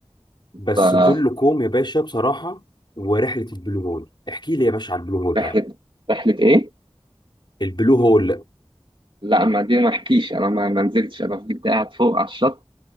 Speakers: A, on the left; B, on the right.
A: بس
B: ف
A: كله كوم يا باشا بصراحة ورحلة البلو هول احكي لي يا باشا على البلو هول
B: رحله
A: بقى
B: رحله ايه؟
A: البلو هول
B: لا ما دي ما احكيش انا ما ما نزلتش انا فضلت قاعد فوق على الشط